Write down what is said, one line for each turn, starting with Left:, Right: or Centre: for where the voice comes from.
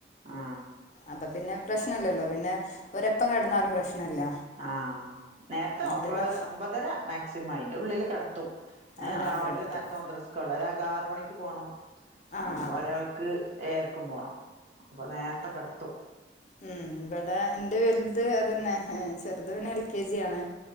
Right: ആ
Left: അപ്പ പിന്നെ പ്രശ്നല്ലല്ലോ പിന്നെ ഓരെപ്പം കട്ന്നാലും പ്രശ്നല്ല
Right: ആഹ് നേരത്തെ
Left: മറ്റേ
Right: ഒമ്പത്
Left: ഭക്ഷ
Right: ഒമ്പതര മാക്സിമം ആയിന്റെ ഉള്ളില് കെടത്തും എഹ്‌
Left: ആഹ്
Right: രാവിലെ
Left: കെടത്തും
Right: നേരത്തെ മദ്രസസ്ക്ക്ള്ള ഒരാൾക്ക് ആറ് മണിക്ക് പോണം
Left: ആഹ്
Right: ഒരാൾ ക്ക് ഏഴരക്കും പോണം അപ്പം നേരത്തെ കട്ത്തും.
Left: ഹ്മ്മ്, ഇബടെ ഇന്റെ വെൽത് അതന്നെ ഏഹ്‌ ചെറ്ത് പിന്നെ എൽ. കെ. ജി ആണ്.